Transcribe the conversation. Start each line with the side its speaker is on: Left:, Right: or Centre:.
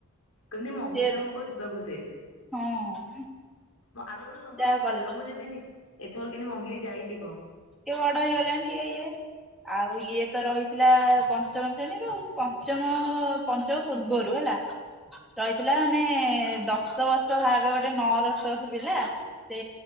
Left: କେମତି ମଙ୍ଗିଲା
Centre: ସିଏ
Left: ମୁଁ କହ ଯିବାକୁ ସେ।
Centre: ହଁ
Left: ବ ଆର ବେଳୁ ଜମା
Centre: ଯାହା
Left: ମଙ୍ଗୁ
Centre: ଗଲା
Left: ନଥିଲା ମୁଁ ଯିବିନି ଏଥର କେମିତି ମଙ୍ଗିକି ଯାଇଚି କହ।
Centre: ଟିକେ ବଡ ହେଇଗଲାଣି ଇଏ ଇଏ। ଆଉ ଇଏ ତ ରହିଥିଲା ପଞ୍ଚମ ଶ୍ରେଣୀରୁ ଆଉ ପଞ୍ଚମ ପଞ୍ଚମ ପୂର୍ବରୁ ହେ ଲା ରହିଥିଲା ମାନେ ଦଶ ବର୍ଷ ଭାବେ ଗୋଟେ ନଅ ଦଶ ବର୍ଷ ପିଲା। ସେ